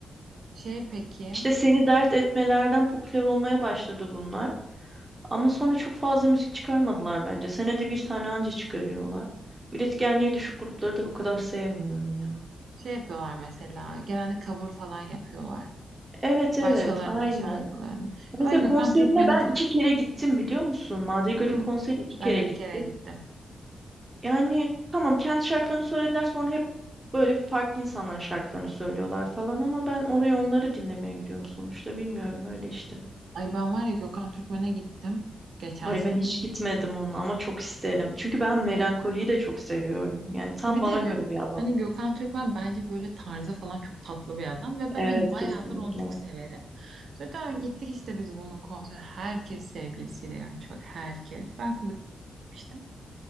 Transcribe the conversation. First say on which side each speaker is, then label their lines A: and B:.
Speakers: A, on the right; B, on the right.
A: Şey peki,
B: İşte seni dert etmelerden popüler olmaya başladı bunlar. Ama sonra çok fazla müzik çıkarmadılar bence. Senede bir tane anca çıkarıyorlar. Üretkenliği düşük grupları da o kadar sevmiyorum ya.
A: şey yapıyorlar mesela. Genelde cover falan yapıyorlar.
B: Evet evet
A: Başkalarının
B: aynen.
A: şarkılarını.
B: Mesela
A: Ya ben Gökhan
B: konserine
A: Türkmen'i
B: ben
A: çok...
B: iki kere gittim biliyor musun? Madrigal'in
A: Hı.
B: konserine iki kere
A: Ben de
B: gittim.
A: bir kere gittim.
B: Yani tamam kendi şarkılarını söylediler sonra hep böyle farklı insanların şarkılarını söylüyorlar falan ama ben oraya onları dinlemeye gidiyorum sonuçta bilmiyorum öyle işte.
A: Ay ben var ya Gökhan Türkmen'e gittim geçen
B: Ay
A: sene.
B: ben hiç gitmedim onunla ama çok isterim. Çünkü ben melankoliyi de çok seviyorum. Yani tam
A: Bir
B: bana
A: de Gö-
B: göre bir alan.
A: hani Gökhan Türkmen bence böyle tarzı falan çok tatlı bir adam ve ben
B: Evet
A: hani bayağıdır
B: kesinlikle.
A: onu çok severim. Sonra gittik işte biz bunun konseri. Herkes sevgilisiyle yani çok herkes. Ben kuzenmiştim.